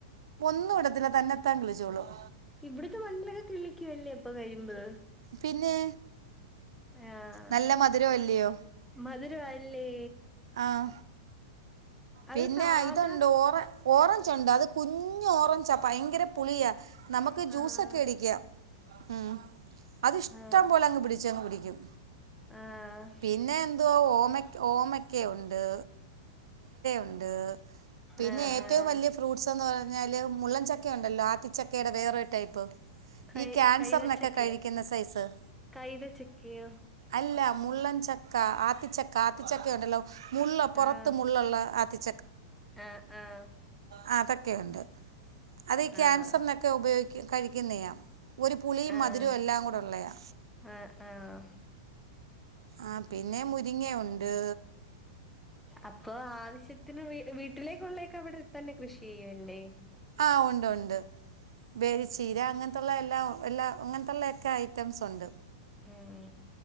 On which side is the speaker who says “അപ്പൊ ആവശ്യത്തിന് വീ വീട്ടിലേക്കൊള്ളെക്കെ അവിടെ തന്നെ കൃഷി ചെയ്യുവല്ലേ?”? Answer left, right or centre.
Centre